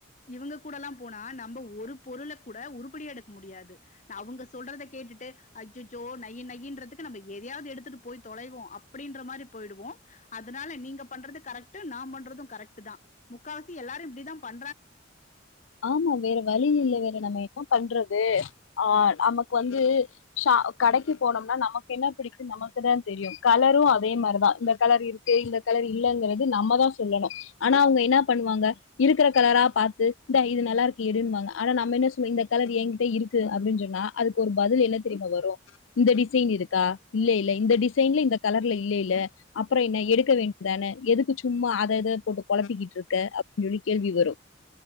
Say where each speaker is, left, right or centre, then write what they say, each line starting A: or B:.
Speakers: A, on the left; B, on the left.
A: இவுங்க கூடல்லாம் போனா நம்ப ஒரு பொருள கூட உருப்படியா எடுக்க முடியாது அவுங்க சொல்றத கேட்டுட்டு அஜ்ஜோ நையி நையின்றதுக்கு நம்ப எதயாவது எடுத்துட்டு போய் தொலைவோம் அப் அப்டின்ற மாரி போயிடுவோம் அதனால நீங்க பண்றது கரெக்ட் நா பண்றதும் கரெக்ட் தான் முக்காவாசி எல்லாரு இப்டி தான் பன்
B: ஆமா வேற வழி இல்ல வேற நம்ம என்ன பண்றது ஆ நமக்கு வந்து ஷா கடைக்கு போனோம்னா நமக்கு என்ன பிடிக்கும் நமக்கு தான் தெரியும் கலரும் அதே மாரி தான் இந்த கலர் இருக்கு இந்த கலர் இல்லங்கறது நம்ம தான் சொல்லணு ஆனா அவுங்க என்னா பண்ணுவாங்க இருக்குற கலரா பாத்து இந்தா இது நல்லா இருக்கு எடுனுவாங்க ஆனா நம்ப என்ன சொல்லவோ இந்த கலர் யெங்க்கிட்ட இருக்கு அப்டின்னு சொன்னா அதுக்கு ஒரு பதில் என்ன தெரிமா வரும் இந்த டிசைன் இருக்கா இல்ல இல்ல இந்த டிசைன்ல இந்த கலர்ல இல்ல இல்ல அப்புறோம் என்ன எடுக்க வேண்டியதான எதுக்கு சும்மா அத இத போட்டு குழப்பிக்கிட்டு இருக்க அப்டி சொல்லி கேள்வி வரும்